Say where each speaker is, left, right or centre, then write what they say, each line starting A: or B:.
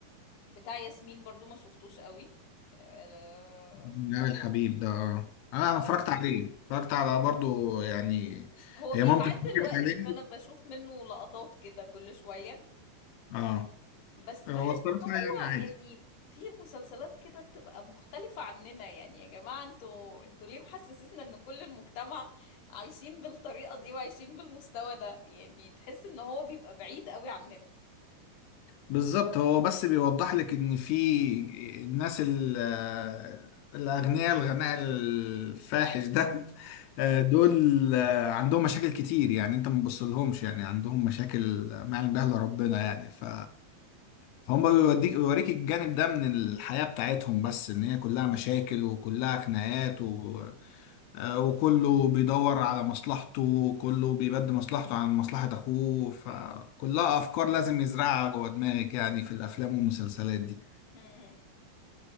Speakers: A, on the left (about 60°); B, on the left (about 90°).
A: بتاع ياسمين برضو ما شفتوش قوي آه،
B: من أوي الحبيب ده آه. انا
A: آه،
B: أنا اتفرجت عليه اتفرجت على برضو يعني
A: هو
B: هي
A: بيتعد
B: مامتي اتفرجت
A: دلوقتي
B: عليه
A: فانا بشوف منه لقطات كده كل شوية
B: اه
A: بس
B: هو
A: بحس
B: الصراحة
A: ان هو
B: يعني عادي
A: يعني في مسلسلات كده بتبقى مختلفة عننا يعني يا جماعة انتوا انتوا ليه محسسسنا ان كل المجتمع عايشين بالطريقة دي وعايشين بالمستوى ده يعني تحس ان هو بيبقى بعيد قوي عننا
B: بالظبط هو بس بيوضح لك ان في الناس ال- آه، الاغنياء الغناء الفاحش ده <laughs> آه، دول عندهم مشاكل كتير يعني انت ما تبصلهمش يعني عندهم مشاكل ما يعلم بها الا ربنا يعني ف فهم بيوديك بيوريك الجانب ده من الحياة بتاعتهم بس ان هي كلها مشاكل وكلها خناقات و... آه، وكله بيدور على مصلحته وكله بيبدي مصلحته عن مصلحة اخوه فكلها افكار لازم يزرعها جوه دماغك يعني في الافلام والمسلسلات دي
A: مم.